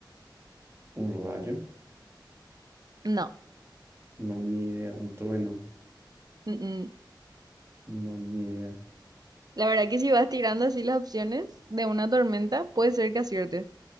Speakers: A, on the right (about 30°); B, on the right (about 55°).
A: ¿Un rayo?
B: No.
A: No, ni idea. ¿Un trueno?
B: mm, mm.
A: No, ni idea.
B: La verdad que si vas tirando así las opciones de una tormenta, puede ser que aciertes.